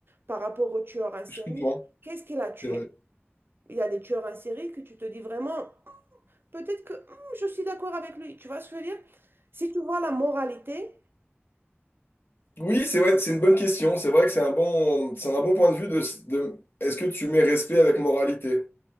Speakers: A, on the right (about 55°); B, on the left (about 60°).
A: par rapport au tueur en série,
B: Je comprends.
A: qu'est-ce qu'il a tué?
B: C'est vrai.
A: Il y a des tueurs en série que tu te dis vraiment, peut-être que hmm, je suis d'accord avec lui. Tu vois ce que je veux dire? Si tu vois la moralité,
B: Oui, c'est vrai, c'est une bonne question. C'est vrai que c'est un bon, c'est un bon point de vue de, de- est-ce que tu mets respect avec moralité?